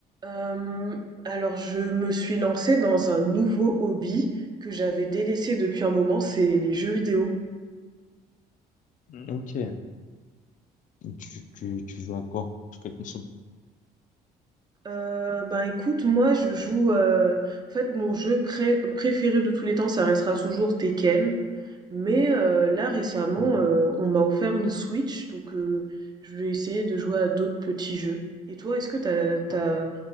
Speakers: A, on the right; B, on the left.
A: Euh, alors, je me suis lancée dans un nouveau hobby que j'avais délaissé depuis un moment, c'est les jeux vidéo.
B: Ok. Et Tu, tu, tu joues à quoi? Sur quelle console?
A: Euh, ben écoute, moi je joue. euh, en fait, mon jeu pré- préféré de tous les temps, ça restera toujours Tekken. Mais euh, là récemment,
B: Hmm.
A: euh, on m'a offert une Switch, donc euh, je vais essayer de jouer à d'autres petits jeux. Et toi, est-ce que t'as, t'as,